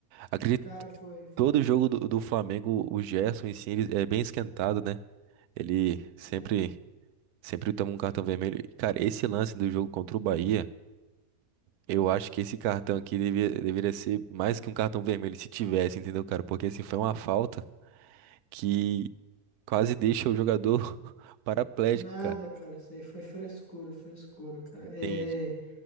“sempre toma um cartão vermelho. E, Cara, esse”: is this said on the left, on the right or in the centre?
Right